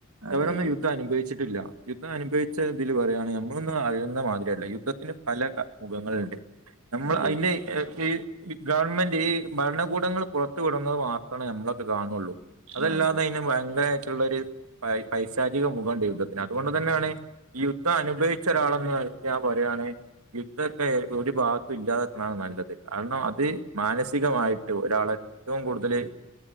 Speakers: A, on the right (about 65°); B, on the right (about 80°).
A: അതെ
B: ഇവിടൊന്നു
A: അതെ
B: യുദ്ധം അനുഭവിച്ചി ട്ടില്ല യുദ്ധം അനുഭവിച്ച ഇതിൽ പറിയാണെ ഞമ്മളൊന്നും മാതിരിയല്ല യുദ്ധത്തിന് പല മുഖങ്ങളുണ്ട്. നമ്മൾ
A: അതെ
B: അയിന്റെ എ ഇ. ഈ ഗവൺമെന്റ് ഈ ഭരണകൂടങ്ങൾ പുറത്തു വിടുന്നത് മാത്രമാണ് നമ്മളൊക്കെ കാണുള്ളൂ. അതല്ലാതെ
A: ആഹ് അതെ
B: അയിന് ഭയങ്കരായിട്ടുള്ളൊരു പൈ പൈശാചിക മുഖണ്ട് യുദ്ധ പിന്നെ അതുകൊണ്ട് തന്നേണ് യുദ്ധം അനുഭവിച്ച ഒരാളെന്ന് നൽക്ക് ഞാൻ പറിയാണ്. യുദ്ധക്കെ ഒരു ഭാഗത്തും ഇല്ലാതക്കാണ് നല്ലത് കാരണം അത് മാനസികമായിട്ട് ഒരാളെ. റ്റവും കൂടുതല്.